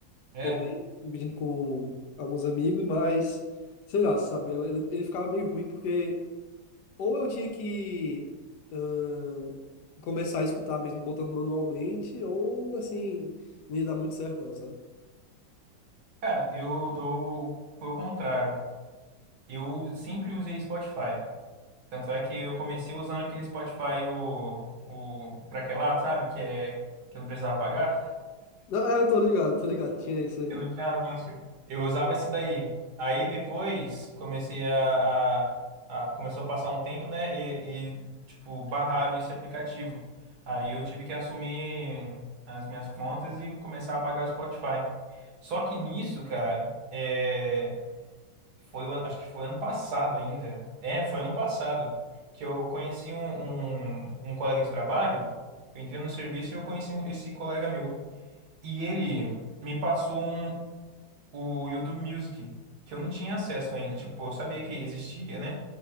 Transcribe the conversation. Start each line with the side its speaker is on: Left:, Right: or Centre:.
Right: é.
Left: também dividindo com alguns amigos, mas sei lá, sabe? Ele, ele ficava meio ruim porque. Ou eu tinha que ãh, começar a escutar mesmo botando manualmente, ou assim, não ia dar muito certo não, sabe?
Right: Cara, eu eu foi o contrário. Eu sempre usei Spotify. Tanto é que eu comecei usando aquele Spotify o, o craquelado, sabe? Que é que eu não precisava pagar.
Left: Não, é, eu tô ligado, tô ligado, tinha isso aí.
Right: Eu não tinha anúncio. Eu usava esse daí. Aí depois comecei a, a- a- começou a passar um tempo, né? E, e, tipo, barraram esse aplicativo. Aí eu tive que assumir as minhas contas e começar a pagar o Spotify. Só que nisso, cara, é, foi, o ano- acho que foi ano passado ainda. É, foi ano passado que eu conheci um, um, um colega de trabalho. Eu entrei no serviço e eu conheci um- esse colega meu. E ele me passou um, o YouTube Music, que eu não tinha acesso ainda. Tipo, eu sabia que existia, né?